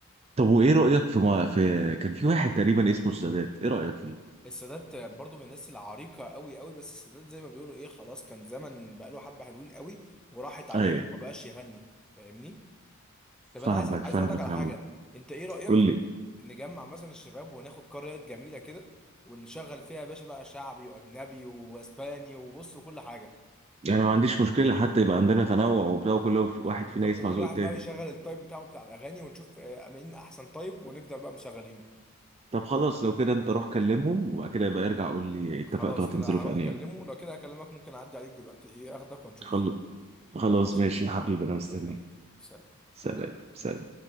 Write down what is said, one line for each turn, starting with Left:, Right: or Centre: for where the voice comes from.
Right: طب وايه رايك في ما في كان في واحد تقريبا اسمه السادات ايه رايك فيه
Centre: السادات برضو من الناس العريقه قوي قوي بس السادات زي ما بيقولوا ايه خلاص كان زمن بقى له حبه حلوين قوي وراحت عليه
Right: ايوه
Centre: ما بقاش يغني فاهمني طب
Right: فاهمك
Centre: انا عايز عايز
Right: فاهمك
Centre: اقول لك على
Right: يا
Centre: حاجه
Right: عم
Centre: انت ايه رايك
Right: قول لي
Centre: نجمع مثلا الشباب وناخد قريات جميله كده ونشغل فيها يا باشا بقى شعبي واجنبي واسباني وبص وكل حاجه
Right: انا ما عنديش مشكله حتى يبقى عندنا تنوع وبتاع وكل واحد
Centre: بالظبط
Right: فينا يسمع
Centre: كل
Right: ذوق
Centre: واحد
Right: التاني
Centre: بقى يشغل التايب بتاعه بتاع الاغاني ونشوف آه، مين احسن تايب ونبدا بقى مشغلينه
Right: طب خلاص لو كده انت روح كلمهم وبعد كده يبقى ارجع قول لي اتفقتوا
Centre: خلاص
Right: هتنزلوا
Centre: انا هروح
Right: في انهي
Centre: اكلمه
Right: يوم
Centre: لو كده هكلمك ممكن اعدي عليك دلوقتي ايه اخدك ونشوف
Right: خل- خلاص
Centre: ماشي
Right: ماشي يا حبيبي انا مستنيك
Centre: يلا سلام
Right: سلام سلام